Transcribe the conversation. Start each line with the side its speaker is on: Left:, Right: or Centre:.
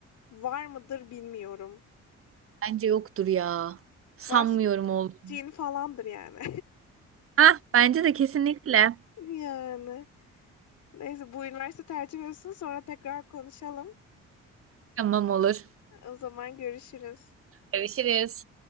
Left: var mıdır bilmiyorum.
Right: Bence yoktur ya. Sanmıyorum
Left: Varsa
Right: oldu.
Left: cin falandır yani.
Right: Ah bence de kesinlikle.
Left: <laughs> Yani. Neyse bu üniversite tercih olsun sonra tekrar konuşalım.
Right: Tamam olur.
Left: O zaman görüşürüz.
Right: Görüşürüz.